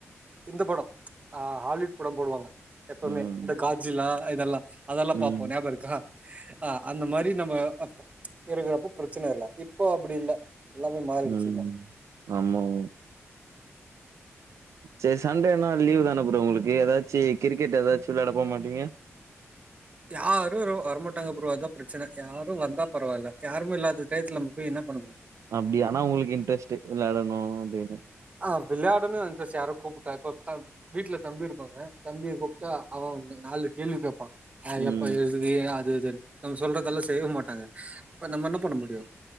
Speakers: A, on the right (about 30°); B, on the right (about 75°).
A: இந்த படம் ஆ ஹாலிவுட் படம் போடுவாங்க எப்பமே
B: ம்
A: இந்த காஜிலா இதெல்லாம் அதெல்லாம்
B: ம்
A: பாப்போம் நாபகம் இருக்கா ஆ அந்த மாரி நம்ம அப்போ இருக்குறப்ப பிரச்சன இல்ல இப்போ அப்டி இல்ல எல்லாமே மாறிடுச்சுல்ல
B: ம் ஆமா ம் சேரி சண்டேனா லீவ் தான ப்ரோ உங்ளுக்கு ஏதாச்சு கிரிக்கெட் ஏதாச்சு விளயாட போ மாட்டீங்க
A: யாரும் வர வரமாட்டாங்க ப்ரோ அதா பிரச்சன யாரும் வந்தா பரவாயில்ல யாருமே இல்லாத டைத்துல நம்ப போய் என்ன பண்ணமுடியும்
B: அப்டியா ஆனா உங்ளுக்கு இன்ட்ரெஸ்ட்டு விளாடணும் அப்டின்னு
A: ஆ விளையாடனுன் இன்ட்ரெஸ் யாரோ கூப்ட்டா கூட்டா வீட்ல தம்பி இருப்பாங்க தம்பிய கூப்ட்டா அவன் நாலு கேள்வி கேப்பான்
B: ம்
A: எப்ப ஏது இதே அது இதுனு நம்ப சொல்றதெல்லாம் செய்ய மாட்டாங்க அப்ப நம்ம என்ன பண்ண முடியும்